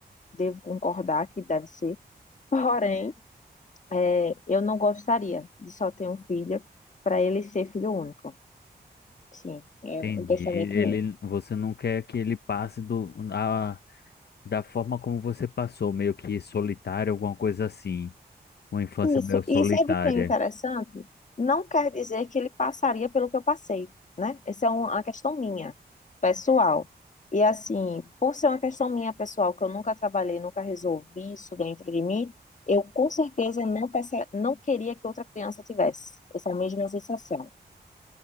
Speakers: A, on the left; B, on the left.
A: devo concordar que deve ser. Porém, é, eu não gostaria de só ter um filho para ele ser filho único. Sim, é
B: entendi.
A: um pensamento
B: Ele,
A: meu.
B: você não quer que ele passe do, a, da forma como você passou, meio que solitário, alguma coisa assim. Uma infância
A: Isso,
B: meio solitária.
A: e sabe o que é interessante? Não quer dizer que ele passaria pelo que eu passei, né? Essa é um- uma questão minha, pessoal. E assim, por ser uma questão minha pessoal, que eu nunca trabalhei, nunca resolvi isso dentro de mim, eu com certeza não passa, não queria que outra criança tivesse essa mesma sensação.